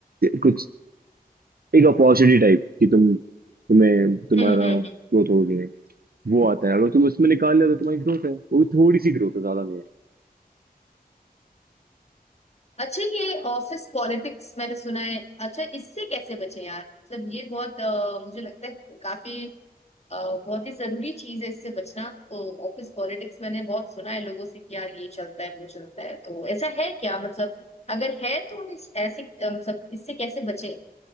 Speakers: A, on the right; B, on the left.
A: कुछ एक अपॉर्चुनिटी टाइप कि तुम तुम्हें तुम्हारा
B: हम्म हम्म हम्म।
A: ग्रोथ होगी नहीं वो आता है अगर तुम उसमें निकाल लिया तो तुम्हारी ग्रोथ है वो भी थोड़ी सी ग्रोथ है ज्यादा नहीं है
B: अच्छा ये ऑफिस पॉलिटिक्स मैंने सुना है अच्छा इससे कैसे बचे यार मतलब ये बहुत अ, मुझे लगता है काफी अ, बहुत ही जरूरी चीज है इससे बचना तो ऑफिस पॉलिटिक्स मैंने बहुत सुना है लोगों से कि यार ये चलता है वो चलता है तो ऐसा है क्या मतलब अगर है तो हम इस ऐसे अ, मतलब इससे कैसे बचे